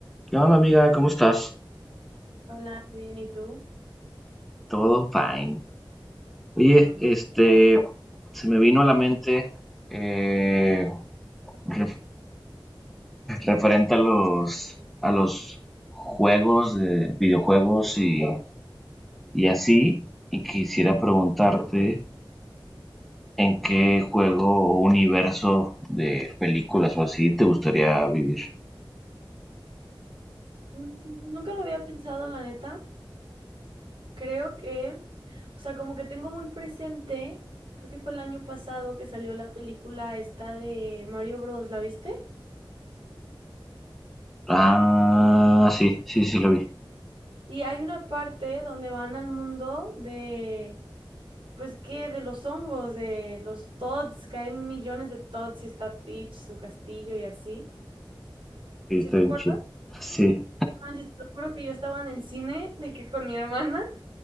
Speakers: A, in the centre; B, on the right.
A: ¿Qué onda, amiga? ¿Cómo estás?
B: Hola, bien, ¿y tú?
A: Todo fine. Oye,
B: A huevo.
A: este, se me vino a la mente eh, ref- referente a los, a los juegos, de videojuegos y, y así, y quisiera preguntarte en qué juego o universo de películas o así te gustaría vivir.
B: Mm, pues nunca lo había pensado, la neta. Creo que, o sea, como que tengo muy presente, creo que fue el año pasado que salió la película esta de Mario Bros, ¿la viste?
A: Ah, sí, sí, sí lo vi.
B: Y hay una parte donde van al mundo de, pues, ¿qué? De los hongos, de los Todds, que hay millones de Todds y está Peach, su castillo y así.
A: Sí,
B: ¿Sí
A: está
B: recuerdas?
A: bien chido. Sí.
B: No manches, te lo juro que yo estaba en el cine de que con mi hermana.